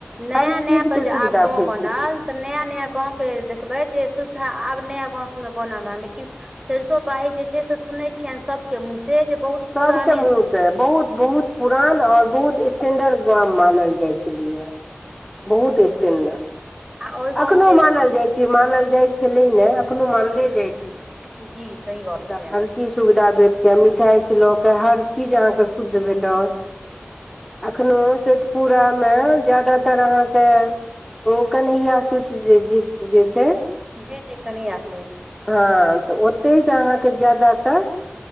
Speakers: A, on the right (about 15°); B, in the centre.
A: नया
B: हर
A: नया
B: चीज
A: पर
B: के
A: जे
B: सुविधा
A: आब गाँव
B: फेर
A: बनल
B: छै
A: त नया नया गांवके देखबै जे सुविधा आब नया गाँंव सबमे बनल ह लेकिन सरिसब पाही जे छै से सुनै छियनि सभके मुँह से जे बहुत
B: सबके
A: पुराने
B: मु से बहुत बहुत पुरान और बहुत स्टेंडर्ड गाँव मानल जाय छलैया बहुत स्टेंडर्ड
A: आ ओहि गाँव
B: अखनो
A: से
B: मानल जाइ छै मानल जाइ छलै ने कखनो मानले
A: जी
B: जाइ छै
A: जी सही गप छै
B: त चीज सुविधा भेट जाय मिठाइ से ल‌के हर चीज अहाँके शुद्ध भेटत अखनो शोइतपुरा मे जदातर अहाँके ओ कन्हैया चुट जे छै <unintelligible>
A: जी जी कनि आसु
B: हँ त ओतहिसँ अहाँके ज्याद त